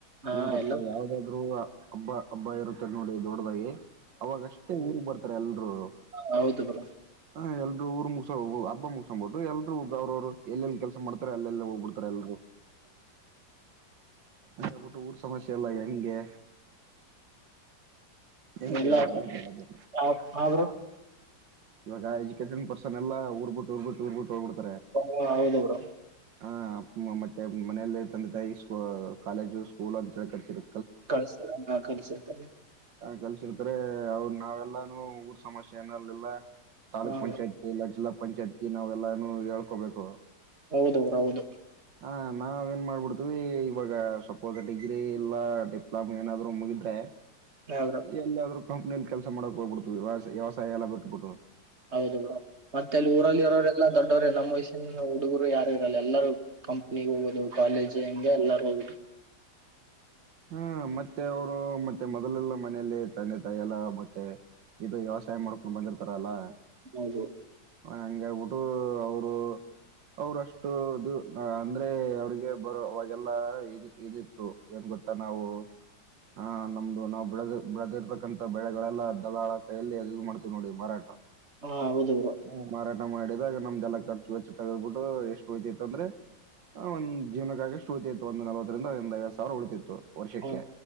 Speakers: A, on the right (about 35°); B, on the right (about 75°).
A: ಹಾ
B: ಏನ್ ಗೊತ್ತಾ
A: ಎಲ್ಲ
B: ಯಾವದಾದ್ರು ಹಬ್ಬ ಹಬ್ಬ ಇರುತ್ತ ನೋಡಿ ದೊಡ್ದದಾಗಿ ಅವಾಗ ಅಷ್ಟೇ ಊರಿಗ್ ಬರ್ತಾರೆ ಎಲ್ರೂ.
A: ಹಾ ಹೌದು ಬ್ರೋ.
B: ಹ ಎಲ್ಲರೂ ಊರು ಮುಗಸ ಹೋಗ ಹಬ್ಬ ಮುಗಸಕ್ಂಬ ಬಿಟ್ಟು ಎಲ್ರು ಬ ಅವ್ರವ್ರು ಎಲ್ಲೆಲ್ಲಿ ಕೆಲಸ ಮಾಡ್ತಾರೆ ಅಲ್ಲಿಲೆಗ ಬಿಡ್ತಾರೆ ಎಲ್ಲರೂ ಅದ ಬಿಟ್ಟು ಊರ್ ಸಮಸ್ಯೆ ಎಲ್ಲ ಹೆಂಗೆ? ಹೆಂಗ್
A: ಎಲ್ಲ.
B: ಹೇಳೋದು ಅಂತ ಹೇಳದು
A: <unintelligible>
B: ಇವ ಈ ಎಡಿಕೇಟೆಡ್ ಪರ್ಸನ್ ಎಲ್ಲ ಊರುಬಿಟ್ಟು ಊರ ಬಿಟ್ಟ ಹೋಗಿಬ್ಬಿಡ್ತಾರೆ.
A: ಹಾ ಹೌದು ಬ್ರೋ.
B: ಹ ಮತ್ತೆ ಮನೆಯಲ್ಲಿ ತಂದೆ ತಾಯಿ ಸ್ ಕಾಲೇಜು ಸ್ಕೂಲ್ ಅಂತ ಹೇಳಿ ಕರ್ಸಿರು.
A: ಕಳಸ್ತಾರ ಹಾ ಕಳ್ಸಿರ್ತಾರೆ.
B: ಕಲ್ಸಿರ್ತಾರೆ ಅವ್ರು ನಾವೆಲ್ಲಾನು ಊರ್ ಸಮಸ್ಯೆ ಏನಲಿಲ್ಲ ತಾಲೂಕ್
A: ಹಾ
B: ಪಂಚಾಯತ್
A: ಬ್ರೋ
B: ಇಲ್ಲ ಜಿಲ್ಲಾ ಪಂಚಾಯತ್ಗೆ ನಾವೆಲ್ಲಾನು ಹೇಳ್ಕೋಬೇಕು.
A: ಹೌದು ಊರ ಹೌದು.
B: ಹ ನಾವ ಏನ್ ಮಾಡ್ಬಿಡ್ತೀವಿ ಇವಾಗ ಸಪೋಸ್ ಡಿಗ್ರಿ ಇಲ್ಲ ಡಿಪ್ಲೊಮಾ ಏನಾದ್ರು ಮುಗಿದ್ರೆ.
A: ಹಾ ಬ್ರೋ
B: ಎಲ್ಲಾದ್ರೂ ಕಂಪ್ನಿಯಲ್ಲಿ ಕೆಲ್ಸ ಮಾಡಕ್ ಹೋಗ್ಬಿಡ್ತವಿ ವ್ಯ ವ್ಯವಸಾಯ ಎಲ್ಲ ಬಿಟ್ಟಬಿಟ್ಟು.
A: ಹೌದುೌಡ ಮತ್ತೆ ಅಲ್ಲಿ ಊರಲ್ಲಿ ಇರೋರೆಲ್ಲಾ ದೊಡ್ಡ ವ್ರ ನಮ್ಮ್ ವಯಸ್ಸಿನ ಹುಡುಗರು ಯಾರು ಇರಲ್ಲ ಎಲ್ಲಾರೂ ಕಂಪ್ನಿ ಹೋಗೋುದು ಕಾಲೇಜ್ ಹಂಗೆ ಎಲ್ಲರ ಹೋಗಬು
B: ಹಾ ಮತ್ತೆ ಅವರು ಮತ್ತೆ ಮೊದಲೆಲ್ಲ ಮನೇೆಯಲ್ಲಿ ತಂದೆ ತಾಯಿ ಎಲ್ಲ ಮತ್ತೆ ಇದು ವ್ಯವಸಾಯ ಮಾಡ್ಕೊಂಡು ಬಂದಿರ್ತಾರಲ್ಲಾ
A: ಹೌದು
B: ಹಂಗ ಆಬಿಟ್ಟು ಅವರು ಅವ್ರಷ್ಟು ಇದು ಅಂದ್ರೆ ಅವ್ರಿಗೆ ಬರೋ ಅವಾಗೆಲ್ಲ ಇದ ಇದಿತ್ತು ಏನ್ ಗೊತ್ತ ನಾವು ಹಾ ನಮ್ದು ನಾವವು ಬಿಳದ ಬೆಳದಿರ್ತಕ್ಕಂಥ ಬೆಳೆಗಳೆಲ್ಲ ದಲಾಳ ಕೈಯಲ್ಲಿ ಅದು ಮಾಡ್ತೀವಿ್ ನೋಡಿ ಮಾರಾಟ
A: ಹಾ ಹೌದುರು
B: ಹಾ ಮಾರಾಟ ಮಾಡಿದಾಗ ನಮ್ದ ಎಲ್ಲ ಖರ್ಚ ವಚ್ಚು ತಗ್ಬಿಟ್ಟು ಎಷ್ಟು ವಯಚ್ಚ ತಂದ್ರೆ ಆ ಒಂದ್ೀವನಕ್ಕಾಗ ಅಷ್ಟು ಉಳಿತತಿತ್ತು ಒಂದು ನವತ್ತರಿಂದ ಒಂದ ಐ ಸಾವಿರ ಉಳಿತಿತ್ತು ವರ್ಷಕ್ಕೆ
A: ಹಾ